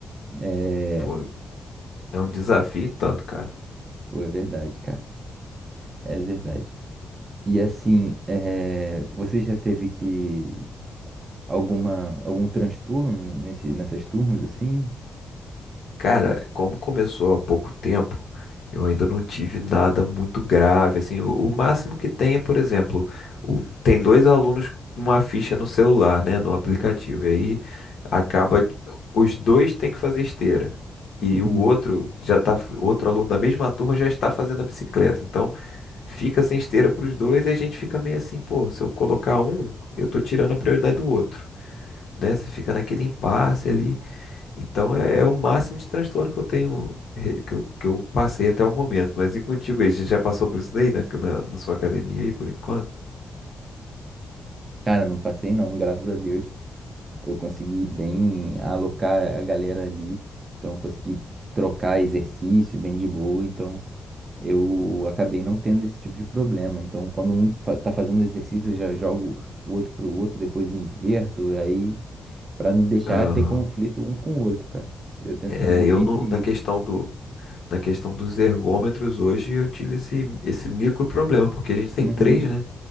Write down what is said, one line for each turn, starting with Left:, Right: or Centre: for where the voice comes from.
Right: É,
Left: Pô, é um desafio tanto, cara.
Right: pô, é verdade, cara. É verdade. E assim, é, você já teve que alguma algum transtorno nesse, nessas turmas assim?
Left: Cara, como começou há pouco tempo, eu ainda não tive nada muito grave. Assim, o, o máximo que tem é, por exemplo, o- tem dois alunos com uma ficha no celular, né, no aplicativo. E aí acaba, que os dois têm que fazer esteira. E o
Right: Uhum.
Left: outro já tá, o outro aluno da mesma turma já está fazendo a bicicleta. Então, fica sem esteira para os dois e a gente fica meio assim, pô, se eu colocar um, eu tô tirando a prioridade do outro, né? Você fica naquele impasse ali. Então é, é o máximo de transtorno que eu tenho, re- que eu, que eu passei até o momento. Mas e contigo aí? Você já passou por isso daí na, na, na sua academia aí por enquanto?
Right: Cara, não passei não, graças a Deus. Eu consegui bem alocar a galera ali, então eu consegui trocar exercício bem de boa, então eu acabei não tendo esse tipo de problema. Então, quando um fa- tá fazendo exercício, eu já jogo o outro pro outro, depois inverto, aí para não deixar
Left: Aham.
Right: ter conflito um com o outro, cara. Eu tento
Left: É,
Right: fazer
Left: eu
Right: sempre
Left: no- na
Right: isso.
Left: questão do, na questão dos ergômetros hoje eu tive esse, esse micro problema, porque a gente tem
Right: Uhum.
Left: três, né?